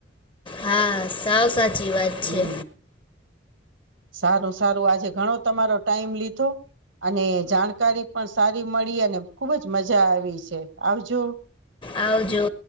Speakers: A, on the left; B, on the right.
A: હા સાવ સાચી વાત
B: હમ
A: છે.
B: સારું સારું આજે ઘણો તમારો ટાઈમ લીધો અને જાણકારી પણ સારી મળી અને ખુબ જ મજા આવી છે આવજો
A: આવજો